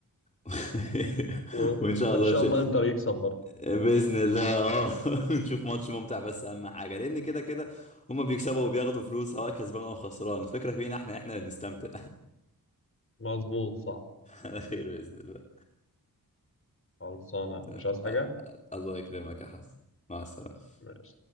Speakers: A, on the left; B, on the left.
A: <laughs>
B: و...
A: وإن شاء
B: وان
A: الله
B: شاء
A: نش...
B: الله انتر يكسب برضه
A: بإذن الله اه <laughs> نشوف ماتش ممتع بس أهم حاجة لأن كده كده هما بيكسبوا وبياخدوا فلوس سواء كسبان أو خسران الفكرة فينا احنا احنا اللي بنستمتع
B: مظبوط صح
A: <laughs> على خير بإذن الله
B: خلصانه مش
A: <laughs>
B: عايز حاجه
A: الله يكرمك يا حسن مع السلامة
B: ماشي